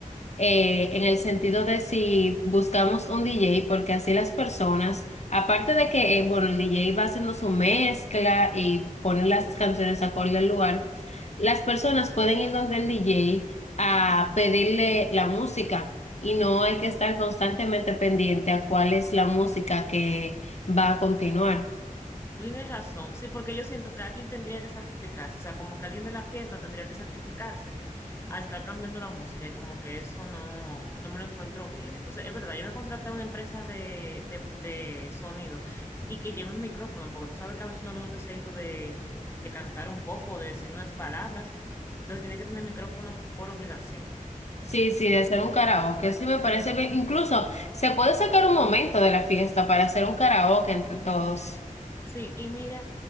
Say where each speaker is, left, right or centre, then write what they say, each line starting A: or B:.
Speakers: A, on the left; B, on the left.
A: eh, en el sentido de si buscamos un DJ, porque así las personas, aparte de que, eh, bueno, el DJ va haciendo su mezcla y pone las canciones acorde al lugar, las personas pueden ir donde el DJ a pedirle la música y no hay que estar constantemente pendiente a cuál es la música que va a continuar.
B: Tú tienes razón, sí, porque yo siento que alguien tendría que sacrificarse, o sea, como que alguien de la fiesta tendría que sacrificarse a estar cambiando la música y como que eso no, no me lo encuentro bien. Entonces, es verdad, yo voy a contratar a una empresa de, de, de sonido y que lleve un micrófono, porque tú sabes que a veces no le da un deseito de, de cantar un poco, o de decir unas palabras, entonces tiene que tener micrófono por obligación.
A: Sí, sí, de hacer un karaoke, sí me parece bien. Incluso se puede sacar un momento de la fiesta para hacer un karaoke entre todos.
B: Sí, y mira,